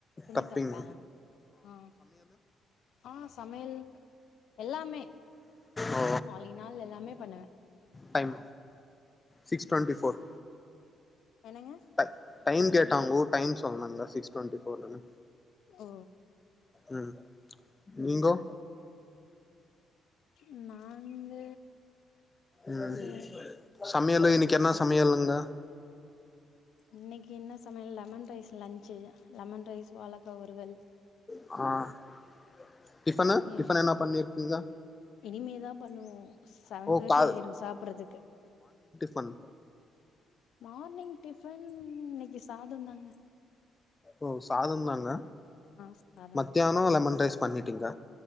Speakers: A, on the left (about 75°); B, on the left (about 25°).
A: துணி
B: தப்பிங்
A: தப்பேன் ஆ ஆ சமையல் எல்லாமே
B: ஓ
A: ஆலிநால் எல்லாமே பண்ணுவேன்
B: மடைம் சிக்ஸ் டுவன்ட்டி ஃபோர்
A: என்னங்க
B: டை டைம் கேட்டாங்கோ டைம் சொன்னுங்க சிக்ஸ் டுவெண்டி ஃபோர்ன்னு
A: ஓ
B: ம் நீங்கோ
A: <inaudible> நாங்க
B: ம்
A: ஒரு
B: சமையலு இன்னக்கி என்னா சமையலுங்க
A: இன்னைக்கி என்ன சமயல் lemon rice lunch lemon rice வாழக்கா வருவல்
B: ஆ டிஃபனு
A: ஏ
B: டிஃபன் என்ன பண்ணிருக்கீங்க
A: இனிமேதான் பண்ணுவோம் செவன்
B: ஓ
A: தேர்ட்டி
B: கா
A: ஆயிரும் சாப்பறத்துக்கு
B: டிபன்
A: மார்னிங் டிஃபன் இன்னைக்கி சாதம் தாங்க
B: ஓ சாதம் தாங்க
A: சாதம்
B: மத்தியானம்
A: தான்
B: லெமன் ரைஸ் பண்ணிட்டீங்க